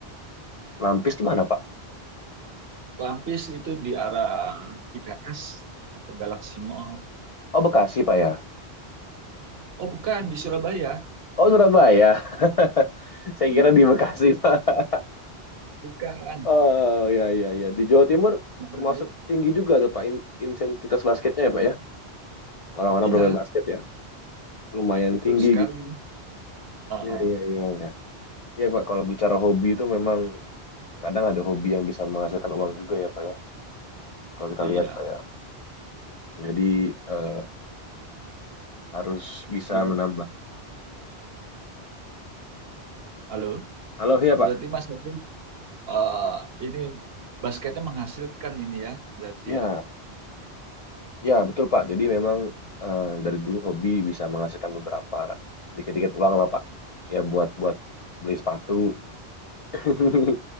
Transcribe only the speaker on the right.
Klampis itu di arah ITS atau Galaxy Mall.
Oh bukan, di Surabaya.
<laughs>
Bukan.
Nah,
i-
Iya,
betul
sekali.
Heeh,
iya.
Berarti,
halo.
Berarti Mas Yasin, eh, ini basketnya menghasilkan ini ya, berarti
ya.